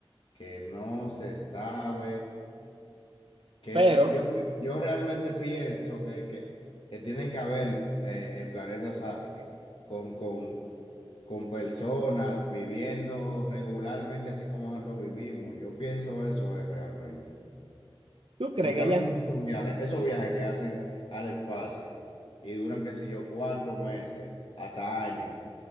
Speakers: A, on the left (about 65°); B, on the right (about 70°).
A: que no se sabe qué
B: Pero,
A: es lo- Yo, yo realmente pienso que, que, que tienen que haber eh, eh, planetas a- que- con, con, con personas viviendo regularmente así como nosotros vivimos. Yo pienso eso es realmente.
B: ¿tú crees
A: Porque
B: que hayan?
A: hablamos de estos viajes, esos viajes que hacen al espacio y duran qué sé yo cuántos meses, hasta años.